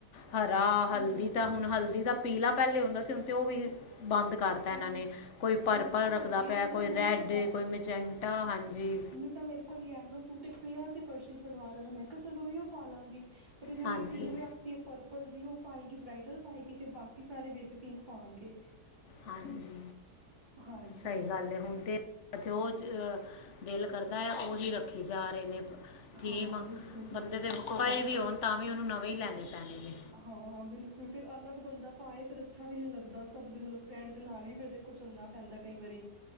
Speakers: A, on the left; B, on the right.
A: ਹਰਾ ਹਲਦੀ
B: ਬਿਲਕੁਲ
A: ਦਾ ਹੁਣ ਹਲਦੀ ਦਾ ਪੀਲਾ ਪਹਿਲੇ ਹੁੰਦਾ ਸੀ, ਹੁਣ ਤੇ ਉਹ ਵੀ ਬੰਦ ਕਰਤਾ
B: ਹਾਂ
A: ਇਹਨਾਂ ਨੇ ਕੋਈ
B: ਹੁਣ
A: ਪਰਪਲ
B: ਤਾਂ
A: ਰੱਖਦਾ
B: ਹਲਦੀ ਇਸ
A: ਪਿਆ,
B: ਮੈਂ ਤੁਹਾਨੂੰ
A: ਕੋਈ ਰੈਡ
B: ਹੀ ਤਾਂ
A: ਕੋਈ ਮਜੰਟਾ ਹਾਂਜੀ।
B: ਤੇ ਮੇਰੇ ਕੋਲ ਯੈਲੋ ਸੂਟ ਇੱਕ ਪਿਆ ਸੀ ਫਰਸ਼ੀ ਸਲਵਾਰ ਵਾਲਾ ਮੈਂ ਕਿਹਾ ਚਲੋ ਉਹੀਓ ਪਾਲਾਂਗੀ। ਪਰ ਇਹਨਾਂ
A: ਹਾਂਜੀ
B: ਨੇ ਥੀਮ ਰੱਖ ਤੇ ਪਰਪਲ ਜੀ ਉਹ ਪਾਏਗੀ ਬਰਾਈਡਲ ਪਾਏਗੀ, ਤੇ ਬਾਕੀ ਸਾਰੇ ਬੇਬੀ ਪਿੰਕ ਪਾਉਣਗੇ।
A: ਹਾਂਜੀ
B: ਹਾਂਜੀ
A: ਸਹੀ ਗੱਲ ਹੈ, ਹੁਣ ਤੇ ਜੋ ਦਿਲ ਕਰਦਾ ਦਾ ਹੈ ਉਹੀ ਰੱਖੀ ਜਾ ਰਹੇ ਨੇ ਬ ਥੀਮ
B: ਹਾਂ ਬਿਲਕੁਲ ਬਿਲਕੁਲ
A: ਬੰਦੇ ਦੇ ਪਏ ਵੀ ਹੋਣ ਤਾਂ ਵੀ ਉਹਨੂੰ ਨਵੇਂ ਲੈਣੇ ਪੈਣੇ ਨੇ।
B: ਹਾਂ ਬਿਲਕੁਲ ਫਿਰ ਅਲੱਗ ਬੰਦਾ ਪਾਏ, ਫੇਰ ਅੱਛਾ ਵੀ ਨੀ ਲੱਗਦਾ ਸਭ ਦੇ ਮਤਲਬ ਟ੍ਰੈਂਡ ਦੇ ਨਾਲ ਹੀ ਫਿਰ ਦੇਖ ਕੁਛ ਚੱਲਣਾ ਪੈਂਦਾ ਕਈ ਵਾਰੀ,